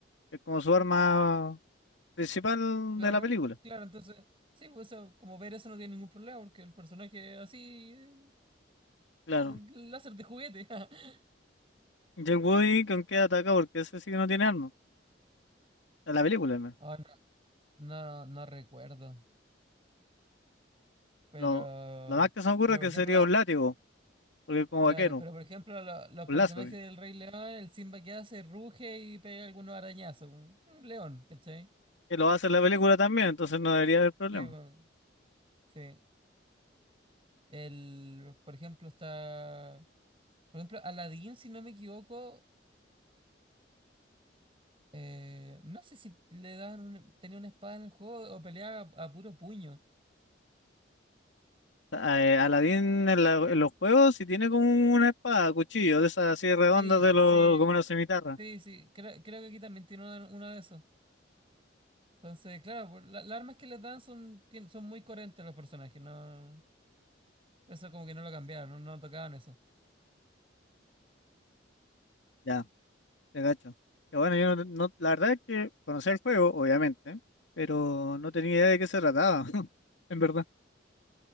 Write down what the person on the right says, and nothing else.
Claro,
claro, entonces, sí, pues eso, como ver eso no tiene ningún problema, porque el personaje es así, eh,
un láser de juguete. <laughs>
Ay, no, no, no recuerdo. Pero,
pero
por
ejemplo,
claro,
pero por ejemplo, lo- los
personajes
del Rey León, el Simba que hace, ruge y pega algunos arañazos. Un, un león, ¿cachai?
Sí, po, sí. El, por ejemplo, está. Por ejemplo, Aladdin, si no me equivoco, eh, no sé si le daban un- tenía una espada en el juego o peleaba a, a puro puño.
Sí,
sí,
sí, sí. Creo, creo que aquí también tiene uno, uno de esos. Entonces, claro, pues, la- las armas que les dan son, tien- son muy coherentes los personajes, no, eso como que no lo cambiaron, no, no tocaban eso.